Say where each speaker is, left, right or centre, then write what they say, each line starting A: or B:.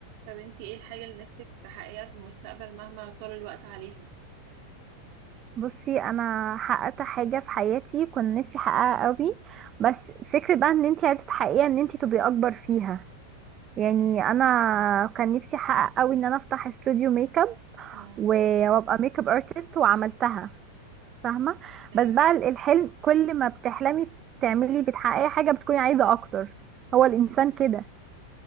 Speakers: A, on the right; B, on the right.
A: طب انتي ايه الحاجة اللي نفسك تحققيها في المستقبل مهما طال الوقت عليها
B: بصي انا حققت حاجه في حياتي كنت نفسي احققها قوي بس فكره بقى ان انت عايزه تحققيها ان انت تبقي اكبر فيها يعني انا كان نفسي احقق قوي ان انا افتح استوديو ميك اب
A: مم.
B: و- وابقى ميك اب ارتست وعملتها فاهمه
A: ايوه
B: بس بقى ال- الحلم كل ما بتحلمي تعملي بتحققي حاجه بتكوني عايزه اكتر هو الانسان كده